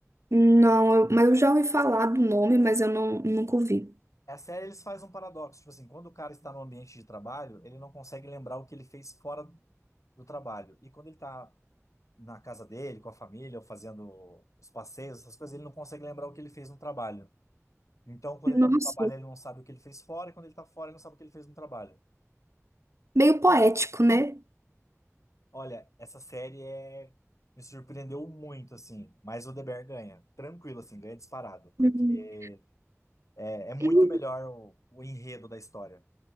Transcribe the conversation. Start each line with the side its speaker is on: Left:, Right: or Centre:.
Right: Não, eu- mas eu já ouvi falar do nome, mas eu não, nunca ouvi.
Left: A série eles fazem um paradoxo, tipo assim, quando o cara está no ambiente de trabalho, ele não consegue lembrar o que ele fez fora do trabalho. E quando ele está na casa dele, com a família, ou fazendo os passeios, essas coisas, ele não consegue lembrar o que ele fez no trabalho. Então, quando ele
Right: Nossa,
Left: está no trabalho, ele não sabe o que ele fez fora, e quando ele está fora, ele não sabe o que ele fez no trabalho.
Right: meio poético, né?
Left: Olha, essa série é... me surpreendeu muito, assim. Mas o The Bear ganha. Tranquilo, assim, ganha disparado. Porque
Right: Uhum.
Left: é, é muito
Right: Eu,
Left: melhor o, o enredo da história.